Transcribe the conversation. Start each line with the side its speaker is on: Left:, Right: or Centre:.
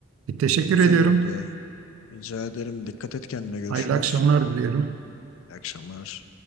Right: Bir teşekkür
Left: Güzel
Right: ediyorum.
Left: oldu ya. Rica ederim. Dikkat et kendine. Görüşürüz.
Right: Hayırlı akşamlar diliyorum.
Left: İyi akşamlar.